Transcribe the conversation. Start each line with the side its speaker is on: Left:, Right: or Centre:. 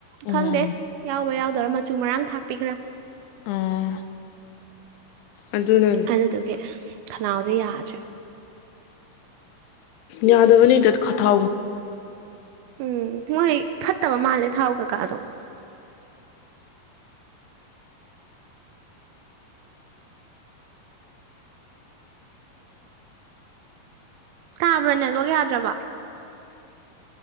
Left: ꯎꯝ
Right: ꯈꯪꯗꯦ
Left: ꯎꯝ
Right: ꯌꯥꯎꯕ ꯌꯥꯎ ꯑꯗꯨꯧꯔꯥ ꯃꯆꯨ ꯃꯔꯥꯡ ꯊꯥꯛꯄꯤꯈ꯭ꯔꯥ
Left: ꯎꯝ ꯑꯗꯨꯅꯅꯦ
Right: ꯑꯗꯨ ꯇꯀꯦ <unintelligible> ꯈꯅꯥꯎꯁꯦ ꯌꯥꯗ꯭ꯔꯦ
Left: ꯌꯥꯗꯕꯅꯤ ꯇꯠ ꯈꯇ
Right: ꯎꯝ ꯃꯣꯏ ꯐꯠꯇꯕ ꯃꯥꯜꯂꯦ ꯊꯥꯎ ꯀꯀꯥꯗꯣ ꯇꯥꯕ꯭ꯔꯥ ꯅꯦꯠꯋꯛ ꯌꯥꯗ꯭ꯔꯕ